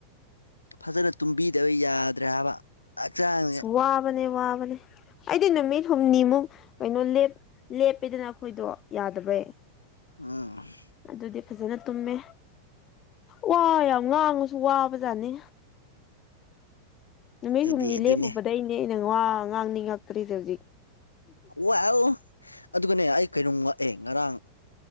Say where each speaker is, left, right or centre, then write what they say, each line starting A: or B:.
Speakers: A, on the left (about 80°); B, on the left (about 30°).
A: ꯐꯖꯅ ꯇꯨꯝꯕꯤꯗꯕ ꯌꯥꯗ꯭ꯔꯦ ꯍꯥꯏꯕ ꯍꯛꯆꯥꯡꯁꯦ
B: ꯁ ꯋꯥꯕꯅꯦ ꯋꯥꯕꯅꯦ ꯑꯩꯗꯤ ꯅꯨꯃꯤꯠ ꯍꯨꯝꯅꯤꯃꯨꯛ ꯀꯩꯅꯣ ꯂꯦꯞꯄꯦꯗꯅ ꯑꯩꯈꯣꯏꯗꯣ ꯌꯥꯗꯕꯩ
A: ꯑꯥ <inaudible>
B: ꯑꯗꯨꯗꯤ ꯐꯖꯅ ꯇꯨꯝꯃꯦ ꯋꯥ ꯌꯥꯝ ꯉꯥꯡꯉꯁꯨ ꯋꯥꯕꯖꯥꯠꯅꯤ ꯅꯨꯃꯤꯠ
A: ꯑꯗꯨꯗꯤ
B: ꯍꯨꯝꯅꯤ
A: ꯑꯗꯨꯅꯦ
B: ꯂꯦꯞꯄꯨꯕꯗꯩꯅꯦ ꯑꯩꯅ ꯉ ꯉꯥꯡꯅꯤ ꯉꯛꯇ꯭ꯔꯤꯁꯦ ꯍꯧꯖꯤꯛ
A: ꯋꯥꯏ ꯑꯗꯨꯒꯅꯦ ꯑꯩ ꯀꯩꯅꯣꯝ ꯉꯛꯑꯦ ꯉꯔꯥꯡ